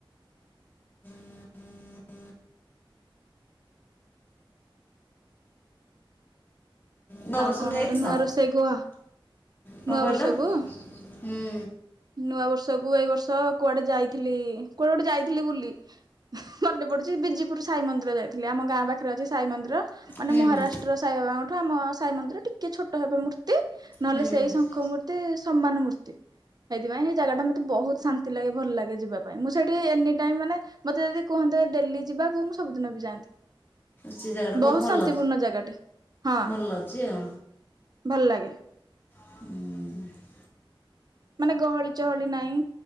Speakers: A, on the left; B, on the right.
A: <inaudible> ନୂଆ
B: ଆଉ
A: ବର୍ଷକୁ
B: କଣ
A: ଯାଇଥିଲ
B: ଗୋଟେ ନୂଆ ରୋଷେଇ କୁହ?
A: କଣ
B: ନୂଆ
A: କହିଲ
B: ବର୍ଷ କୁ
A: ହୁଁ
B: ନୂଆ ବର୍ଷକୁ ଏଇ ବର୍ଷ କୁଆଡେ ଯାଇଥିଲି କୁଆଡେ ଗୋଟେ ଯାଇଥିଲି ବୁଲି ମନେ ପଡୁଚିକି ବିଜିପୁର ସାଇ ମନ୍ଦିର ଯାଇଥିଲି ଆମ ଗାଁ ପାଖରେ ଅଛି ସାଇ ମନ୍ଦିର। ମାନେ
A: ହୁଁ
B: ମହାରାଷ୍ଟ୍ର
A: ହୁଁ
B: ସାଇବାବାଙ୍କଠୁ ଆମ ସାଇ ମନ୍ଦିର ଟିକେ ଛୋଟ ହେବ ମୂର୍ତ୍ତି ନହେଲେ
A: ହୁଁ
B: ସେ ସେଇ ଶଙ୍ଖ ମୂର୍ତ୍ତି ସମ୍ମାନ ମୂର୍ତ୍ତି। ସେଇଥିପାଇଁ ହେଇ ଜାଗାଟା ମତେ ବହୁତ ଶାନ୍ତି ଲାଗେ ଭଲ ଲାଗେ ଯିବା ପାଇଁ ମୁଁ ସେଇଠି ଏନି ଟାଇମ ମାନେ ମତେ ଯଦି କୁହନ୍ତେ ଡେଲି ଯିବା କୁ ମୁଁ ସବୁଦିନ ବି ଯାନ୍ତି।
A: ସେ ଜାଗାଟା
B: ବହୁତ
A: ଭଲ
B: ଶାନ୍ତିପୂର୍ଣ୍ଣ ଜାଗାଟେ ହଁ
A: ଭଲ ଅଛି ଆଉ
B: ଭଲ ଲାଗେ।
A: ହୁଁ
B: ମାନେ ଗହଳି ଚହଳି ନାଇ